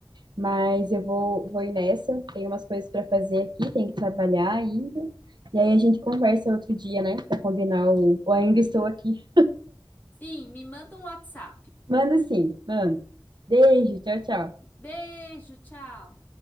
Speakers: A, on the right; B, on the left.
A: Mas eu vou, vou ir nessa. Tem umas coisas para fazer aqui, tem que trabalhar ainda. E aí a gente conversa outro dia, né? Para combinar o. Ou ainda estou aqui.
B: Sim, me manda um WhatsApp.
A: Manda sim, manda. Beijo, tchau, tchau.
B: Beijo, tchau.